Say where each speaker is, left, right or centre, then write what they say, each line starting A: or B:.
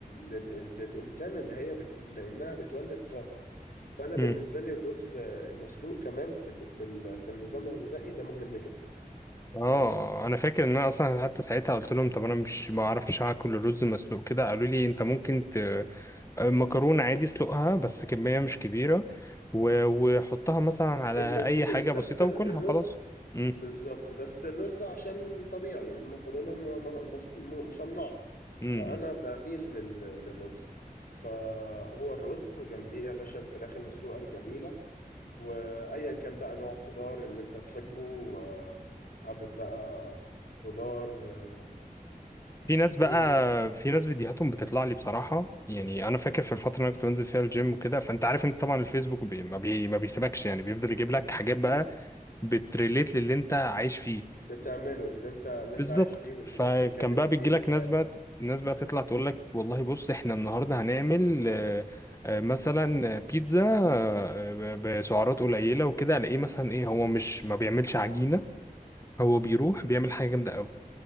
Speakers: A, on the left; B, on the left.
A: لل... للإنسان اللي هي بت... لأنها بتولد طاقة فأنا بالنسبة
B: امم
A: لي الرز آه، المسلوق كمان في ال- في ال... في النظام الغذائي ده مهم جدا
B: اه
A: فاهم
B: انا فاكر ان انا اصلا حتى ساعتها قلت لهم طب انا مش ما اعرفش اكل الرز مسلوق كده قالوا لي انت ممكن ت... آه، مكرونه عادي اسلقها بس كميه مش كبيره و... وحطها مثلا على
A: الاتنين
B: اي حاجه
A: بس
B: بسيطه
A: ال-
B: وكلها
A: الرز
B: وخلاص امم
A: بالظبط بس الرز عشان طبيعي المكرونة م... م... مص- م- مصنعة
B: امم،
A: فأنا بميل لل... للرز فهو الرز وجنبيه يا باشا الفراخ المسلوقة الجميلة وايا كان بقى نوع خضار اللي انت تحبه آه، حابب بقى خضار آه،
B: في ناس بقى
A: ايه ممكن-
B: في ناس فيديوهاتهم بتطلع لي بصراحة يعني أنا فاكر في الفترة اللي أنا كنت بنزل فيها الجيم وكده فأنت عارف أنت طبعا الفيسبوك بي ما, بي ما بيسيبكش يعني بيفضل يجيب لك حاجات
A: اكيد
B: بقى بتريليت للي أنت عايش فيه
A: بتعمله اللي انت اللي انت
B: بالظبط
A: عايش فيه واللي
B: فكان
A: انت بتتكلم
B: بقى
A: فيه
B: بيجي
A: وحياتك
B: لك ناس بقى ناس بقى تطلع تقول لك والله بص إحنا النهاردة هنعمل آه، آه، مثلا بيتزا آه، ب- بسعرات قليلة وكده ألاقيه مثلا إيه هو مش ما بيعملش عجينة هو بيروح بيعمل حاجة جامدة أوي